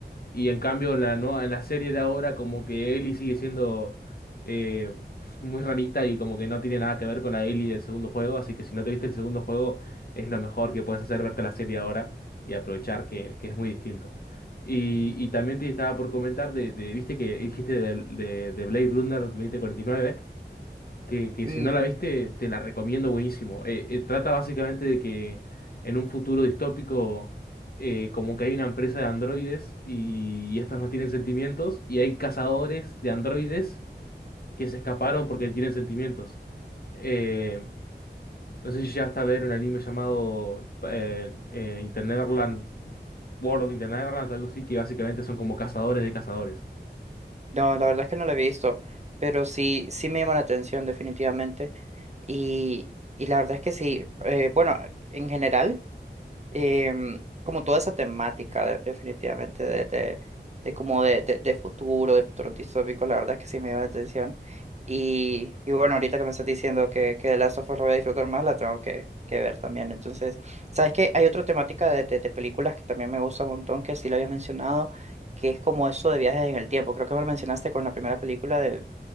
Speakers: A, on the left; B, on the right.
A: Y en cambio, en la, nueva- en la serie de ahora, como que Ellie sigue siendo eh, muy rarita y como que no tiene nada que ver con la Ellie del segundo juego. Así que si no te viste el segundo juego, es lo mejor que puedes hacer verte la serie ahora y aprovechar que, que es muy distinto. Y, y también te estaba por comentar, de, de- viste que dijiste de, de, de Blade Runner 2049 que, que
B: Ujú.
A: si no la viste, te la recomiendo buenísimo. Eh, eh, trata básicamente de que en un futuro distópico, eh, como que hay una empresa de androides y, y estos no tienen sentimientos, y hay cazadores de androides que se escaparon porque tienen sentimientos. Eh, no sé si ya hasta ver un anime llamado eh, eh, Interneverland, World of Interneverland, algo así, que básicamente son como cazadores de cazadores.
B: No, la verdad es que no lo he visto, pero sí, sí me llama la atención definitivamente. Y, y la verdad es que sí, eh, bueno, en general. em, como toda esa temática de- definitivamente de, de, de como de, de, de futuro, de futuro distópico, la verdad es que sí me dio la atención. Y, y bueno, ahorita que me estás diciendo que, que The Last of Us lo voy a disfrutar más, la tengo que, que ver también. Entonces, ¿sabes qué? Hay otra temática de, de, de películas que también me gusta un montón, que sí lo habías mencionado, que es como eso de viajes en el tiempo. Creo que me lo mencionaste con la primera película de